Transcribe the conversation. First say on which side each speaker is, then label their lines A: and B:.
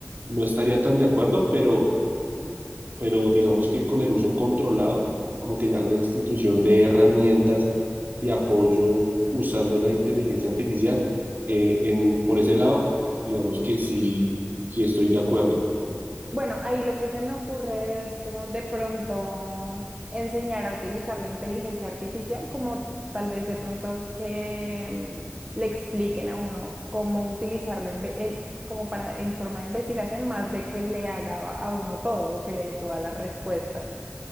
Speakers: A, on the right; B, on the right.
A: no estaría tan de acuerdo, pero pero digamos que con el uso controlado, como que ya la institución de herramientas de apoyo usando la inteligencia artificial, eh, en, por ese lado, digamos que sí, sí estoy de acuerdo.
B: Bueno, ahí lo que se me ocurre es como de pronto enseñar a utilizar la inteligencia artificial, como tal vez de pronto que mm, le expliquen a uno cómo utilizarla en, ve- en- como para en forma de investigación, más de que le haga a uno todo, que le dé todas las respuestas.